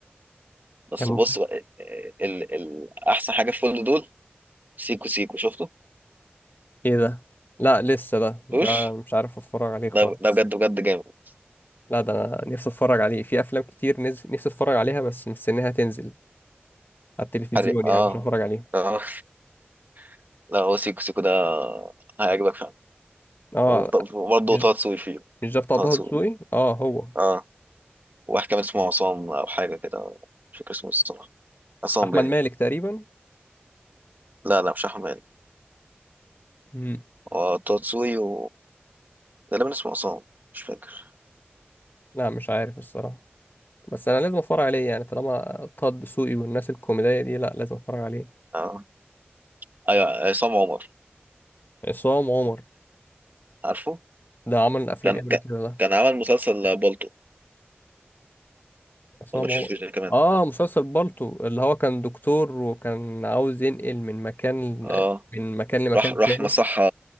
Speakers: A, on the right (about 45°); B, on the left (about 55°).
A: بس
B: كان
A: بص بقى آه، آه، ال... ال... احسن حاجة في كل دول سيكو سيكو شفته
B: ايه ده لا لسه ده ده
A: شفتوش
B: مش عارف اتفرج عليه خالص
A: ده ده بجد بجد جامد
B: لا ده أنا نفسي اتفرج عليه في افلام كتير نز- نفسي اتفرج عليها بس مستنيها تنزل على التلفزيون
A: حرق اه
B: يعني عشان اه اتفرج عليها
A: اه <laughs> لا هو سيكو سيكو ده هيعجبك فعلا
B: اه
A: وبرضه
B: مش
A: طه دسوقي فيه
B: مش ده بتاع
A: طه
B: طه
A: دسوقي
B: دسوقي اه هو
A: اه واحد كان اسمه عصام أو حاجة كده مش فاكر اسمه الصراحة عصام
B: احمد
A: باين
B: مالك تقريبا
A: لا لا مش أحمد
B: مم.
A: هو تاتسوي و غالبا اسمه عصام مش فاكر
B: لا مش عارف الصراحه بس انا لازم اتفرج عليه يعني طالما طه دسوقي والناس الكوميديه دي لا لازم اتفرج عليه
A: آه. أيوة عصام عمر
B: عصام عمر
A: عارفه
B: ده عمل افلام
A: كان
B: ايه قبل
A: كان
B: كده ده
A: كان عمل مسلسل بالطو
B: عصام
A: ولا مش
B: عمر
A: فاكر ده كمان
B: اه مسلسل بالطو اللي هو كان دكتور وكان عاوز ينقل من مكان
A: اه
B: من مكان لمكان
A: راح راح
B: تاني
A: مصحة